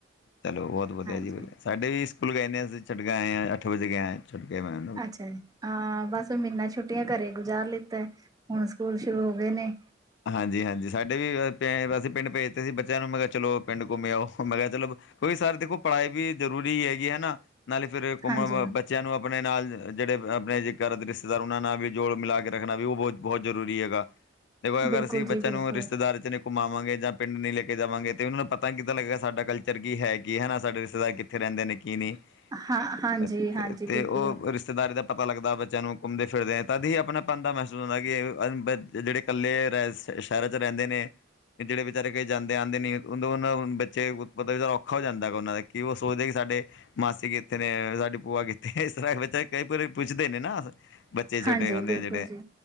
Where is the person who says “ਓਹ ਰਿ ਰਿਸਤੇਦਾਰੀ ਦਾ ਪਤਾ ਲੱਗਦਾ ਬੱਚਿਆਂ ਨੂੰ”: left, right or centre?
Left